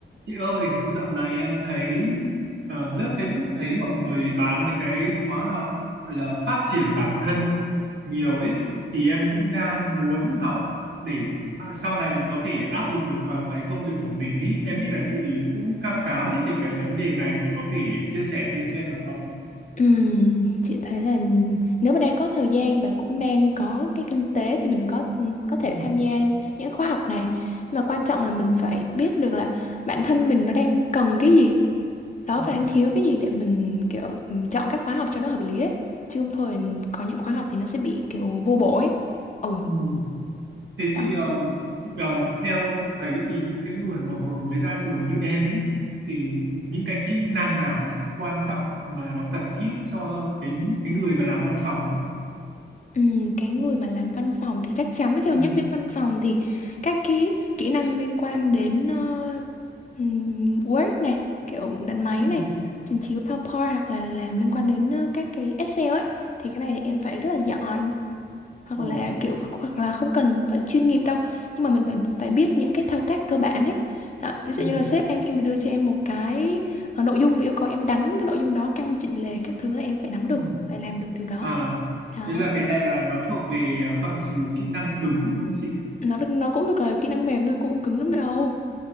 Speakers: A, on the right; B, on the left.
A: Chị ơi, dạo này em thấy ờ, lướt Facebook thấy mọi người bán mấy cái khóa học gọi là phát triển bản thân nhiều ấy thì em cũng đang muốn học để à, sau này mình có thể áp dụng được vào cái công việc của mình ấy. Em biết là chị cũng khá khá biết về cái vấn đề này, chị có thể chia sẻ thêm cho em được không?
B: Ừm, chị thấy là nếu mà đang có thời gian và cũng đang có cái kinh tế thì mình có có thể
A: Ừ.
B: tham gia những khóa học này. Nhưng mà quan trọng là mình phải biết được là bản thân mình nó đang cần cái gì, đó
A: Ừ.
B: và đang thiếu cái gì để mình kiểu chọn các khóa học cho nó hợp lý ấy. Chứ không thôi có những khóa học thì nó sẽ bị kiểu vô bổ ấy. Ồ,
A: Ừ. Thế
B: đó.
A: thì um, ờ, theo chị thấy thì những cái người mà vừa mới ra trường như em ý thì những cái kỹ năng nào nó sẽ quan trọng mà nó cần thiết cho cái cái người mà làm văn phòng ấy.
B: Ừm, cái người mà làm văn phòng thì chắc chắn khi mà
A: Ừ.
B: nhắc đến văn phòng thì các cái kỹ năng liên quan đến ờ, ừm, Word này, kiểu đánh máy
A: Ừ.
B: này, trình chiếu PowerPoint hoặc là làm liên quan đến ờ, các cái Excel ấy thì cái này thì em phải rất là giỏi hoặc
A: Ờ.
B: là kiểu hoặc là không cần phải chuyên nghiệp đâu nhưng mà mình phải phải biết những cái thao tác cơ bản ấy. Đó, ví dụ
A: Ừ.
B: như là sếp em khi mà đưa cho em một cái ờ, nội dung và yêu cầu em đánh cái nội dung đó căn chỉnh lề các thứ là em phải nắm được,
A: Ừ.
B: phải làm được điều đó.
A: À,
B: Đó.
A: thế là cái này là nó thuộc về ờ, phạm trù kỹ năng cứng đúng không chị?
B: nó nó cũng thật là kỹ năng mềm thôi cũng không cứng lắm đâu